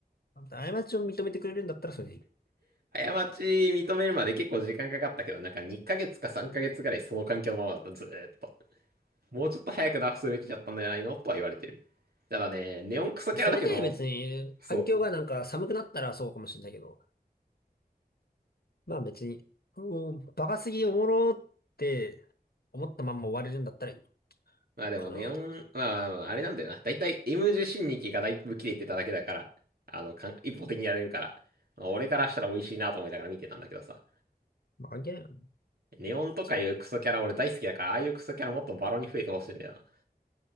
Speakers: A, on the left (about 70°); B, on the right (about 70°).
A: まあんた過ちを認めてくれるんだったらそれでいい。
B: 過ち認めるまで結構時間かかったけど、なんか2ヶ月か3ヶ月ぐらいその環境のままだった、ずーっと。もうちょっと早くナフすべきだったんじゃないのとは言われてる。ただね、ネオンクソキャラだけど、
A: それで別に、
B: そうそうそう。
A: 環境がなんか寒くなったらそうかもしれないけど、まあ別に、もう、バカすぎおもろって思ったまんま終われるんだったらいい
B: まあでもネオン、
A: かな、とか。
B: まあまあまあ、あれなんだよな。だいたい M10 新日期がだいぶ切れてただけだから、あの、かん一方的にやれるから、まあ俺からしたら美味しいなと思いながら見てたんだけどさ。
A: まあ関係ないな。
B: ネオンとかいうクソキャラ俺大好きだから、
A: そ
B: ああいうクソキャラもっとバロに増えてほしいんだよな。